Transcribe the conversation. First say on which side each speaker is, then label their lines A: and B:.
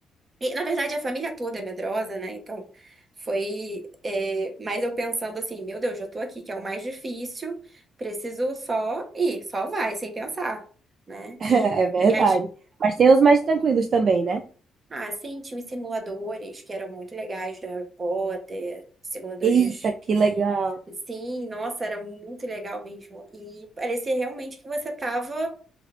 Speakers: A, on the right (about 35°); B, on the right (about 50°).
A: E, na verdade, a família toda é medrosa, né? Então, foi. é, mas eu pensando assim, meu Deus, já tô aqui, que é o mais difícil, preciso só ir, só vai, sem pensar, né?
B: <laughs>
A: E,
B: é verdade.
A: e as.
B: Mas tem os mais tranquilos também, né?
A: Ah, sim, tinha os simuladores que eram muito legais do Harry Potter, simuladores.
B: Eita, que legal.
A: Sim, nossa, era muito legal mesmo. E parecia realmente que você estava